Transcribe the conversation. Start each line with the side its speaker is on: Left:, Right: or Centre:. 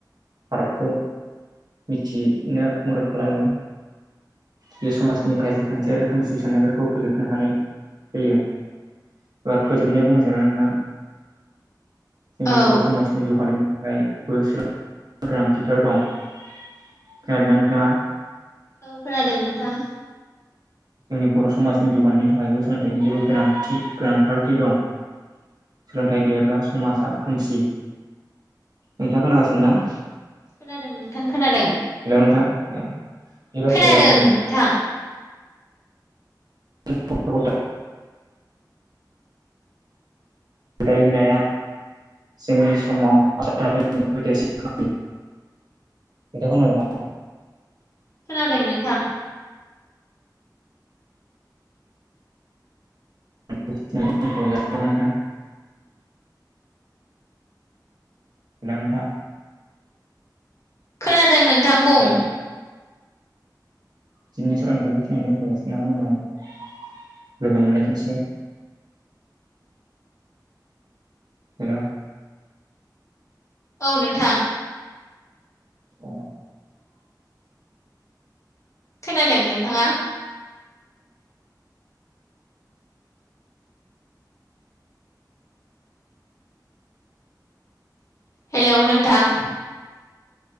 Right: फारागखौ मिथिनो मदद खालामो। बे समाजनि गाज्रि खान्थि आरो खोमसि साननायफोरखौ फोजोबनो हानाय जायो। एबार फोबनायाव बुंनो सानो नोंथां जोंनि
Left: औ
Right: बर' समाजनि जौगानाय फाय बोसोर <unintelligible> गोनांथिथार दं। खोनादों दा नोंथाङा?
Left: औ खोनादों नोंथां।
Right: जोंनि बर' समाजनि जौगानायनि थाखायबो सोलोंथाइनि जेबो गोनांथि गोनांथारखि दं सोलोंथाइ गैयाब्ला समाजा खोमसि नोंथाङा खोनागासिनो दां
Left: खोनादों नोंथां खोनादों
Right: हेल' नोंथां बे बाथ्राया
Left: खोनादों
Right: बय
Left: नोंथां
Right: <unintelligible> बिदाय होननाया जोंनि समाव <unintelligible> देरसिन खालायो। <unintelligible>
Left: खोनादों नोंथां।
Right: <unintelligible> नोंथां। नोंथां
Left: खोनादों नोंथां बुं
Right: हेलौ दिनै सरानिखौ बेखिनियावनो दोन्थ'गासिग आं उनाव लोगो मोनलायफिनसिगोन हेल'
Left: औ नोंथां
Right: अ
Left: खोनादों नोंथाङा हेलौ नोंथां